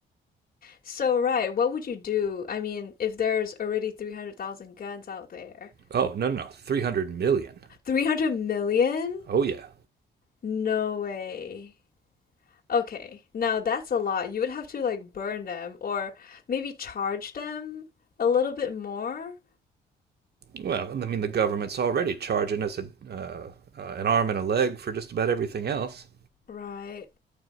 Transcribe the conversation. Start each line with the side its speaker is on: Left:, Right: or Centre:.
Left: So, right, what would you do? I mean, if there's already 300,000 guns out there,
Right: Oh, no, no, 300 million.
Left: 300 million?
Right: Oh yeah.
Left: No way. Okay, now that's a lot. You would have to like burn them or maybe charge them a little bit more,
Right: Well, I mean, the government's already charging us a, uh, uh, an arm and a leg for just about everything else.
Left: right?